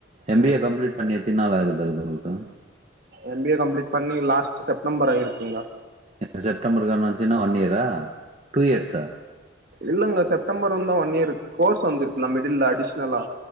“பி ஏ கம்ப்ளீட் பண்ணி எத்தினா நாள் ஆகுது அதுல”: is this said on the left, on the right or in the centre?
Right